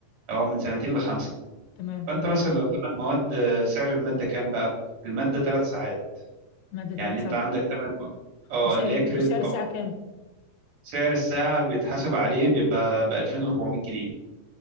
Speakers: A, on the right; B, on the left.
A: او من سنتين لخمسه
B: تمام
A: فانت مثلا لو 8 مواد آه، سعر الماده كام بقى الماده 3 ساعات
B: مادة
A: يعني
B: ثلاث
A: انت
B: ساعات
A: عندك 8 اه
B: وسعر
A: اللي هي كريدت
B: وسعر
A: اور
B: الساعة كام
A: سعر الساعه بيتحسب عليه بيبقى ب 2400 جنيه